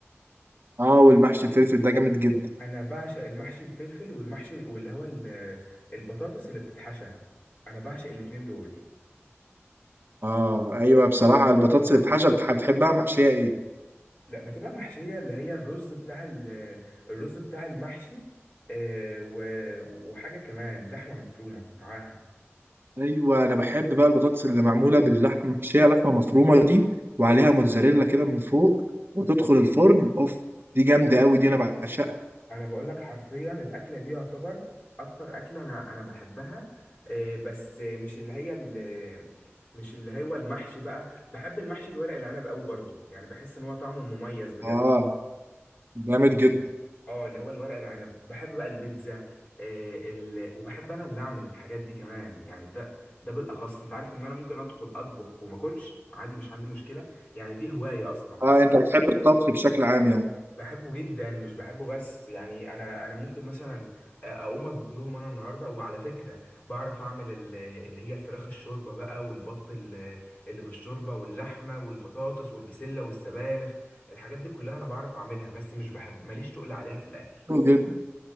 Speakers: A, on the right; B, on the left.
A: اه والمحشي الفلفل ده جامد جدا
B: انا بعشق المحشي الفلفل والمحشي واللي هو ال- البطاطس اللي بتتحشى انا بعشق الاتنين دول
A: اه ايوه بصراحه البطاطس اللي بتتحشى بتح- بتحبها محشيه ايه
B: لا بتبقى محشية اللي هي الرز بتاع ال- الرز بتاع المحشي آه، و- وحاجة كمان لحمة مفرومة معاها
A: ايوه انا بحب بقى البطاطس اللي معموله باللحمه محشيه لحمه مفرومه دي وعليها موتزاريلا كده من فوق وتدخل الفرن اوف دي جامده قوي دي انا بعشقها
B: انا بقول لك حرفيا الاكلة دي يعتبر اكتر اكلة انا انا بحبها آه، بس مش اللي هي ال- مش اللي هو المحشي بقى بحب المحشي الورق العنب قوي برضو يعني بحس ان هو طعمه مميز بجد
A: اه جامد جدا
B: اه اللي هو الورق العنب بحب بقى البيتزا آه ال... وبحب انا اللي اعمل الحاجات دي كمان يعني ده ده بالاخص انت عارف ان انا ممكن ادخل اطبخ وما اكلش عادي مش عندي مشكله يعني دي هوايه اصلا
A: اه انت بتحب الطبخ بشكل عام يعني
B: بحبه جدا مش بحبه بس يعني انا انا ممكن مثلا آه، اقوم اطبخ لهم انا النهارده وعلى فكره بعرف اعمل ال- اللي هي الفراخ الشوربه بقى والبط ال- اللي بالشوربه واللحمه والبطاطس والبسله والسبانخ الحاجات دي كلها انا بعرف اعملها بس مش بحب ماليش تقل عليها في الاكل
A: حلو جدا